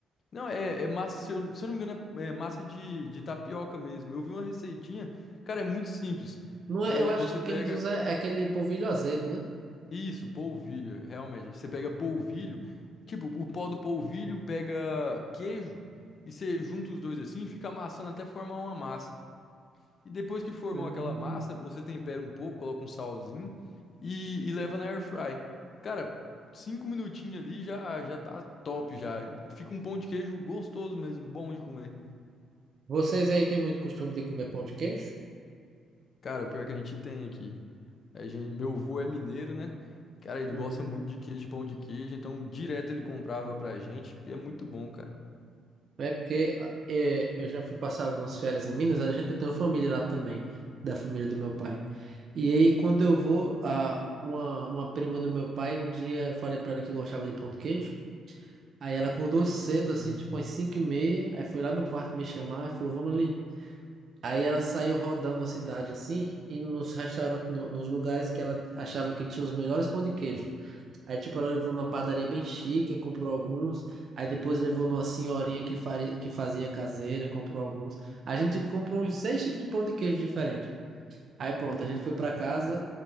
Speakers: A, on the left; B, on the right.
A: Não, é, é massa, se eu, se eu não me engano, é, é massa de, de tapioca mesmo. Eu vi uma receitinha, cara, é muito simples.
B: Não
A: É,
B: é, eu acho
A: você
B: que o que
A: pega.
B: eles usam é é aquele polvilho azedo, né?
A: Isso, polvilho, realmente. Você pega polvilho, tipo, o pó do polvilho pega queijo e você junta os dois assim e fica amassando até formar uma massa. E depois que formou
B: Hum.
A: aquela massa, você tempera um pouco, coloca um salzinho e, e leva na air fry. Cara, cinco minutinhos ali já, já tá top já. Fica um pão de queijo gostoso mesmo, bom de comer.
B: Vocês aí têm muito costume de comer pão de queijo?
A: Cara, o pior é que a gente tem aqui. É, gente, meu avô é mineiro, né? Cara, ele
B: Uhum.
A: gosta muito de queijo, pão de queijo, então direto ele comprava pra gente, e é muito bom, cara.
B: É porque é, eu já fui passar algumas férias em Minas, a gen- eu tenho família lá também, da família do meu pai. E aí, quando eu vou, a, uma, uma prima do meu pai, um dia eu falei pra ela que gostava de pão de queijo, aí ela acordou cedo,
A: Uhum.
B: assim, tipo às cinco e meia, aí foi lá no quarto me chamar e falou, vamos ali. Aí ela saiu rodando a cidade, assim, indo nos restaurantes, nos lugares que ela achava que tinha os melhores pão de queijo. Aí, tipo, ela levou numa padaria bem chique, comprou alguns. Aí depois levou numa senhorinha que, faria, que fazia caseira, comprou alguns. A gente tipo, comprou uns seis tipos de pão de queijo diferente. Aí pronto, a gente foi pra casa